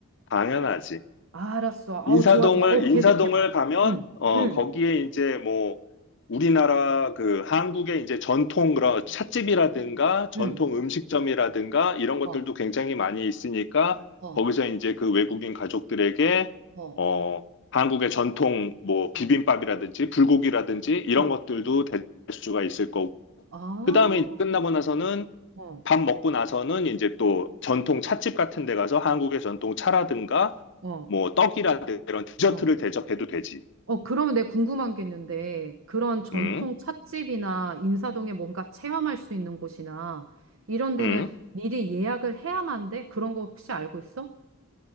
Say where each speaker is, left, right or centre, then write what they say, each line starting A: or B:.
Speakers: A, on the left; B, on the right.
A: 당연하지.
B: 아, 알았어. 어,
A: 인사동을,
B: 좋아, 좋아. 어, 계속해봐.
A: 인사동을 가면,
B: 응,
A: 어,
B: 응,
A: 거기에 이제 뭐, 우리나라 그 한국의 이제 전통 그런 찻집이라든가 전통
B: 응.
A: 음식점이라든가 이런 것들도
B: 어.
A: 굉장히 많이 있으니까
B: 어,
A: 거기서 이제 그 외국인 가족들에게,
B: 어,
A: 어, 한국의 전통 뭐
B: 어,
A: 비빔밥이라든지 불고기라든지 이런
B: 어.
A: 것들도 될 수가 있을 거고
B: 아,
A: 그 다음에 끝나고 나서는
B: 어,
A: 밥 먹고 나서는 이제 또 전통 찻집 같은 데 가서 한국의 전통 차라든가
B: 어,
A: 뭐 떡이라든가 이런 디저트를
B: 어.
A: 대접해도 되지.
B: 어, 그러면 내가 궁금한 게 있는데, 그런 전통
A: 응?
B: 찻집이나 인사동에 뭔가 체험할 수 있는 곳이나, 이런 데는
A: 응?
B: 미리 예약을 해야만 돼? 그런 거 혹시 알고 있어?